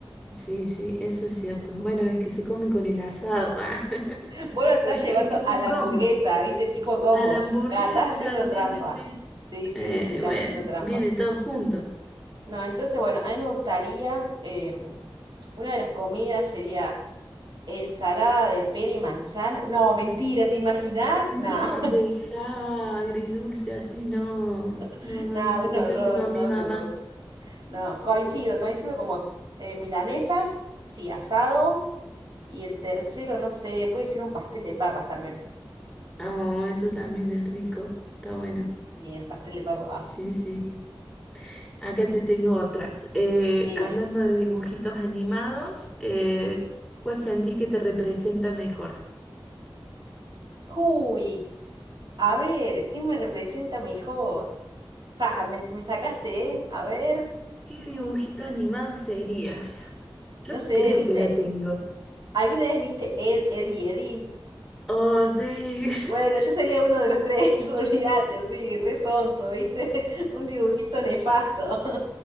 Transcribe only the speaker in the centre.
Sí, sí, eso es cierto. Bueno, es que se comen con el asado. ah. <laughs>
Es,
es
un
combo.
A la hamburguesa,
sí,
sí, sí.
Eh,
bueno,
viene todo junto.
No
deja agridulce así, no.
No, no,
no.
Dejáselo
a
mi mamá.
Oh, eso también es rico. Está bueno.
Sí, sí. Acá te tengo otra. Eh,
hablando de dibujitos animados, eh, ¿cuál sentís que te representa mejor?
¿Qué dibujito animado serías? Yo
creo
que la tengo.
Oh, sí.